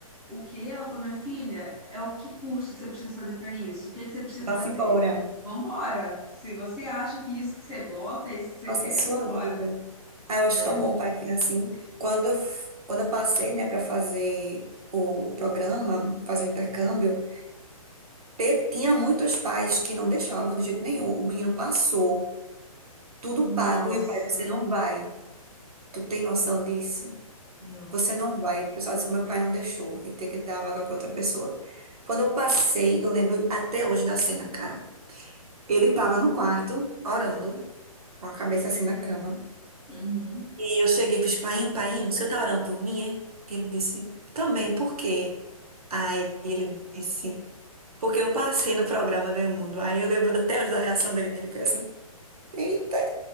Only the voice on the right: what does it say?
Vá-se
embora.
Faça
a sua
vida. Ah, eu acho
tão bom, pai, que é assim. Quando eu, f- quando eu passei, né, para fazer o, o programa, fazer o intercâmbio, te- tinha muitos pais que não deixavam de jeito nenhum. O menino passou, tudo
pago, e o pai, você não vai. Tu tem noção disso?
Você não vai. O pessoal dizia, meu pai não deixou, e ter que dar a vaga para outra pessoa. Quando eu passei, eu lembro até hoje da cena, cara. Ele tava no quarto, orando, com a cabeça assim na cama.
E eu cheguei e fiz, painho, painho, o senhor tá orando por mim, é? Ele disse, também, por quê? Aí ele disse, porque eu passei no programa Ganha o Mundo. Aí eu lembro até hoje da reação dele, ele fez assim, eita.